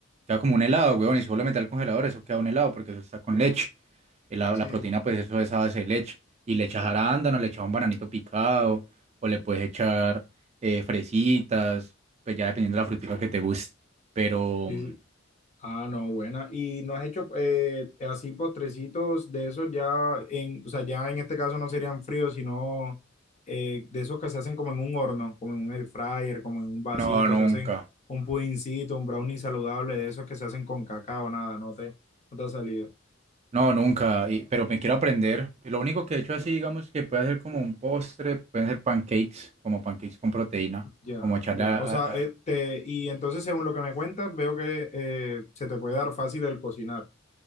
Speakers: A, on the right; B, on the left.
A: queda como un helado, weón, y si vos lo metes al congelador, eso queda un helado, porque eso está con leche, El- la,
B: Sí,
A: la proteína, pues eso es a base de leche, y le echas arándano, le echas un bananito picado, o le puedes echar eh, fresitas, pues ya dependiendo de la frutica que te guste, pero
B: Sí,
A: mm,
B: Ah, no, buena. ¿Y no has hecho eh, así postrecitos de esos ya en, o sea, ya en este caso no serían fríos, sino eh, de esos que se hacen como en un horno, como en un air fryer, como en un vasito,
A: no, nunca.
B: se hacen un pudincito, un brownie saludable, de esos que se hacen con cacao, nada, no te, no te ha salido.
A: No, nunca, y- pero me quiero aprender. Y lo único que he hecho así, digamos, que puede ser como un postre, pueden ser pancakes, como pancakes con proteína,
B: Ya,
A: como echarle
B: ya.
A: a...
B: O
A: a-
B: sea, este,
A: a-
B: y entonces según lo que me cuentas, veo que eh, se te puede dar fácil el cocinar.